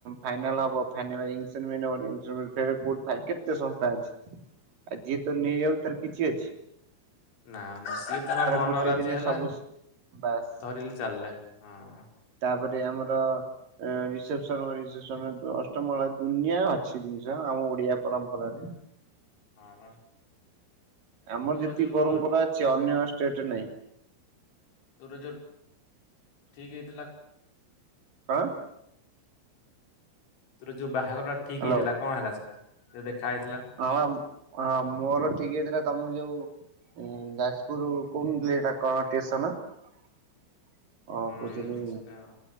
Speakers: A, on the right; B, on the left.
A: ଫାଇନାଲ ହବ। ଫାଇନାଲ ରିଙ୍ଗ ସେରିମନି ହବ। ରିଙ୍ଗ ସେରିମନି ଫେରେ ପୋ ବା କେତେ ସଂସ୍ଥା ଅଛି। ଆଉ ଯିଏ ତ ନେଇ ଆଉଚି ତାର କିଛି ଅଛି।
B: ନାମ ସେ ତାର ମନ
A: ଗୋଟେ
B: ରାଜି
A: ଦିନେ
B: ହେଲା
A: ସବୁ ବାସ୍
B: ଧରିଲି ଚାଲିଲେ। ହଁ
A: ତାପରେ ଆମର ରିସେପସନ, ରିସେପସନ ଅଷ୍ଟମଙ୍ଗଳା, ଦୁନିଆ ଅଛି ଜିନିଷ ଆମ ଓଡିଆ ପରମ୍ପରାରେ। ହ <inaudible>
B: ହଁ ବା।
A: ଆମର
B: ତୋର
A: ଯେତିି
B: ଯୋଉ
A: ପରମ୍ପରା ଅଛି ଅନ୍ୟଷ୍ଟେଟରେ ନାଇଁ,
B: ତୋର ଯୋଉ ଠିକ ହେଇଥିଲା
A: ହଁ,
B: ତୋର ଯୋଉ ବାହାଘର ଟା ଠିକ
A: ହ୍ୟାଲୋ।
B: ହେଇଥିଲା କଣ ହେଲା ସେଟା ଯୋଉ ଦେଖା ହେଇଥିଲା?
A: ହଁ ବା, ମୋର ଠିକ୍ ହେଇଥିଲା ତମେ ଯୋଉ ହୁଁ ଯାଜପୁର କହୁନଥିଲି ଏଟା କଣ ଷ୍ଟେସନ କଣ
B: ଉଁ
A: କହୁଛନି?
B: ସେଟା